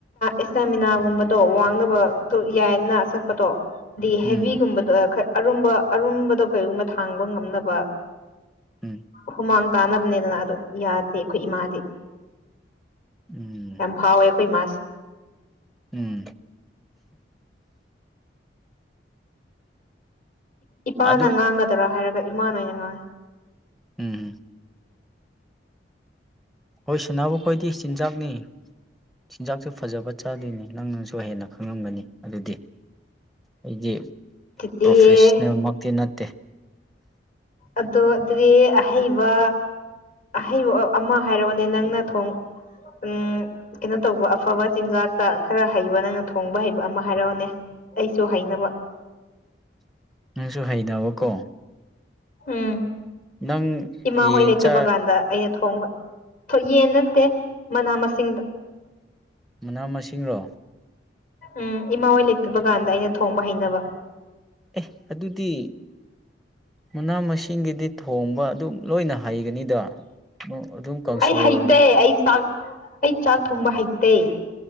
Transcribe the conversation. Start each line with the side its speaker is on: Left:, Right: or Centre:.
Left: ꯏꯁꯇꯥꯃꯤꯅꯥꯒꯨꯝꯕꯗꯣ ꯋꯥꯡ ꯪ ꯌꯥꯏꯗꯅ ꯆꯠꯄꯗꯣ ꯑꯗꯒꯤ
Centre: ꯎꯝ
Left: ꯍꯦꯚꯒꯨꯝꯕꯗꯣ ꯑꯔꯨꯝꯕ ꯑꯔꯨꯝꯕꯗꯣ ꯀꯩꯒꯨꯝꯕ ꯊꯥꯡꯕ ꯉꯝꯅꯕ
Centre: ꯎꯝ
Left: ꯍꯨꯃꯥꯡ ꯇꯥꯅꯕꯅꯦꯗꯅ ꯑꯗꯨ ꯌꯥꯗꯦ ꯑꯩꯈꯣꯏ ꯏꯃꯥꯗꯤ
Centre: ꯎꯝ
Left: ꯑꯦꯝ ꯐꯥꯎꯦꯈꯣꯏ ꯃꯥꯁ
Centre: ꯎꯝ <inaudible>
Left: ꯏꯄꯥꯅ
Centre: ꯑꯗꯨ
Left: ꯉꯥꯡꯒꯗꯔꯥ ꯍꯥꯏꯔꯒ ꯏꯃꯥꯅꯣꯏꯅ ꯉꯥꯡꯉꯤ
Centre: ꯎꯝꯝ <inaudible> ꯍꯣꯏ ꯁꯅꯕ ꯈꯣꯏꯗꯤ ꯆꯤꯟꯖꯥꯛꯅꯤ ꯆꯤꯟꯖꯥꯛꯁꯨ ꯐꯖꯕ ꯆꯥꯗꯣꯏꯅꯦ ꯅꯪꯅꯪꯁꯨ ꯍꯦꯟꯅ ꯈꯪꯉꯝꯒꯅꯤ ꯑꯗꯨꯗꯤ ꯑꯩꯗꯤ
Left: ꯆꯤꯆꯦ
Centre: ꯄ꯭ꯔꯣꯐꯦꯁꯅꯦꯜꯃꯛꯇꯤ ꯅꯠꯇꯦ
Left: ꯑꯗꯣ ꯑꯗꯨꯗꯤ ꯑꯍꯩꯕ ꯑꯍꯩꯕ ꯑꯃ ꯍꯥꯏꯔꯛꯑꯣꯅꯦ ꯅꯪꯅ ꯊꯣꯡ ꯎꯝ ꯀꯩꯅꯣ ꯇꯧꯕ ꯑꯐꯕ ꯆꯤꯟꯖꯥꯛꯇ ꯈꯔ ꯍꯩꯕ ꯅꯪꯅ ꯊꯣꯡꯕ ꯍꯩꯕ ꯑꯃ ꯍꯥꯏꯔꯛꯑꯣꯅꯦ ꯑꯩꯁꯨ ꯍꯥꯏꯅꯕ
Centre: <unintelligible> <inaudible> ꯍꯩꯅꯕꯀꯣ
Left: ꯎꯝ
Centre: ꯅꯪ <inaudible>
Left: ꯏꯃꯥ ꯍꯣꯏ ꯂꯩꯇꯕ
Centre: ꯆꯥ
Left: ꯀꯥꯟꯗ ꯑꯩꯅ ꯊꯣꯡꯕ ꯌꯦꯟ ꯅꯠꯇꯦ ꯃꯅꯥ ꯃꯁꯤꯡ ꯁꯤꯡꯗ
Centre: ꯃꯅꯥ ꯃꯁꯤꯡꯔꯣ
Left: ꯎꯝ ꯏꯃꯥ ꯍꯣꯏ ꯂꯩꯇꯕ ꯀꯥꯟꯗ ꯑꯩꯅ ꯊꯣꯡꯕ ꯍꯩꯅꯕ
Centre: ꯑꯦ ꯑꯗꯨꯗꯤ ꯃꯅꯥ ꯃꯁꯤꯡꯒꯤꯗꯤ ꯊꯣꯡꯕ ꯑꯗꯨꯝ ꯂꯣꯏꯅ ꯍꯩꯒꯅꯤꯗ ꯑꯗꯨꯝ ꯀꯥꯡꯁꯣꯏ
Left: ꯑꯩ ꯍꯩꯇꯦ
Centre: ꯑꯣꯏꯅ
Left: ꯑꯩ ꯆꯥꯛ ꯑꯩ ꯆꯥꯛ ꯊꯣꯡꯕ ꯍꯩꯇ ꯇ